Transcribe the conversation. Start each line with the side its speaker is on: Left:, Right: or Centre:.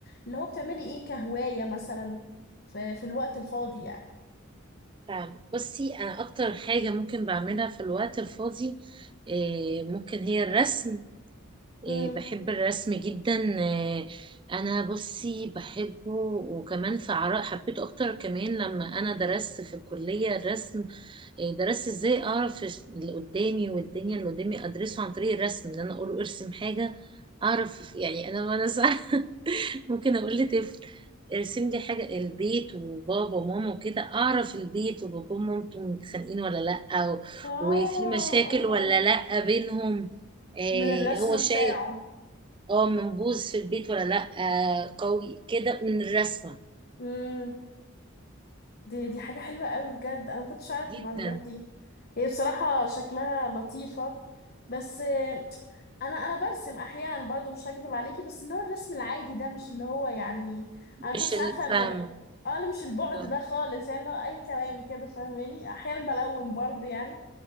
Left: اللي هو بتعملي إيه كهواية مثلا في, في الوقت الفاضي يعني
Right: فاهم بصي أنا أكتر حاجة ممكن بعملها في الوقت الفاضي إيه، ممكن هي الرسم إيه،
Left: مم.
Right: بحب الرسم جدا إيه، أنا بصي بحبه وكمان في عراء حبيته أكتر كمان لما أنا درست في الكلية الرسم إيه، درست ازاي أعرف اللي قدامي والدنيا اللي قدامي أدرسه عن طريق الرسم إن أنا أقول ارسم حاجة أعرف يعني أنا وأنا صغيرة ممكن اقول لطفل ارسم لي حاجه البيت وبابا وماما وكده اعرف البيت وبابا ومامته متخانقين ولا لا و-
Left: آه آه
Right: وفي مشاكل ولا
Left: آه
Right: لا بينهم آه
Left: من الرسم
Right: هو شيء
Left: بتاعه
Right: اه منبوذ في البيت ولا لا آه قوي كده من الرسمه
Left: مم. دي دي حاجة حلوة قوي بجد أنا ما كنتش أعرف
Right: جدا
Left: المعلومات دي هي بصراحة شكلها لطيفة بس انا انا برسم احيانا برضو مش هكذب عليكي بس اللي هو الرسم العادي ده مش اللي هو يعني انا كنتش
Right: مش الفاهمه
Left: عارفه ان اه لا مش البعد
Right: اه
Left: ده خالص يعني اللي هو اي كلام كده فاهماني احيانا بلون برضو يعني